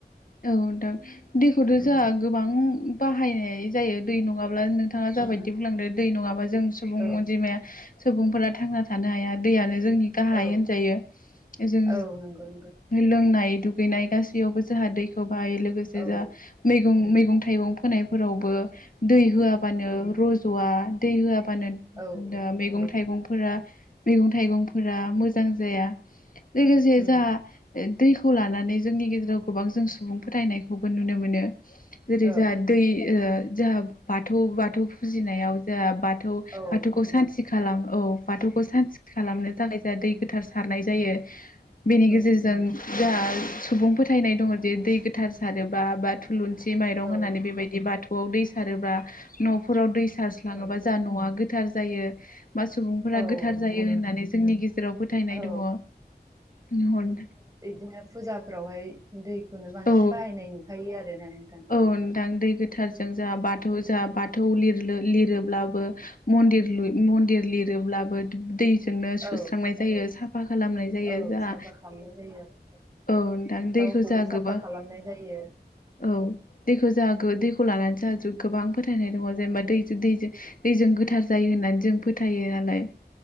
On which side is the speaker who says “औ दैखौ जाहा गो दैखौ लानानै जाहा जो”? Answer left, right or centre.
Left